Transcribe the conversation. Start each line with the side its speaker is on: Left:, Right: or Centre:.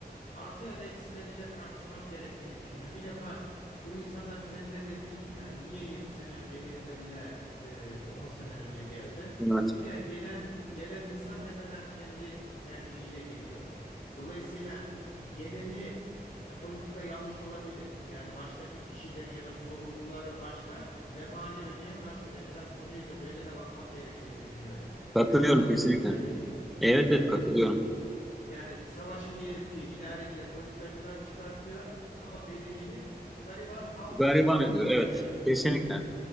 Left: artı ya da eksileriyle tartışmak gerektiğini düşünüyorum. Bir defa bu insanlar senin de dediğin gibi yani niye 20 sene önce gelmedi de e, 10 sene önce geldi?
Centre: Evet.
Left: Bir de gelen gelen insan ne kadar kendi tercihiyle geliyor. Dolayısıyla geleni ya politika yanlış olabilir. Yani baştaki kişilerin ya da sorumluları başka, vebali ödeyen başka. Ben biraz konuyu da böyle de bakmak gerektiğini düşünüyorum.
Centre: Katılıyorum
Left: Bilmiyorum anlatabildim
Centre: kesinlikle.
Left: değil mi şeyi?
Centre: Evet
Left: Yani
Centre: evet katılıyorum.
Left: Evet. yani savaşı diyelim ki idareciyle politikacılar çıkartıyor ama bedelini gariban halk
Centre: Gariban
Left: ödüyor. Yani
Centre: ediyor.
Left: burada
Centre: Evet.
Left: ya da bir şeyde.
Centre: Kesinlikle.